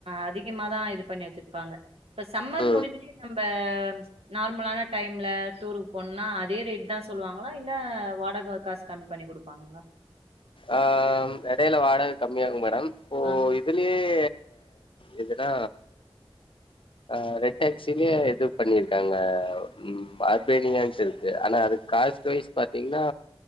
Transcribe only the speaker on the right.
அதி கமா தா இது பண்ணி வச்சிருப்பாங்க இப்ப சம்மர்
முடிஞ்சி நம்ப ம் நார்மலான டைம்ல டூருக்கு போனுனா அதே ரேட் தா சொல்வாங்களா இல்ல வாடக காஸ் கம் பண்ணி குடுப்பாங்களா
ஆ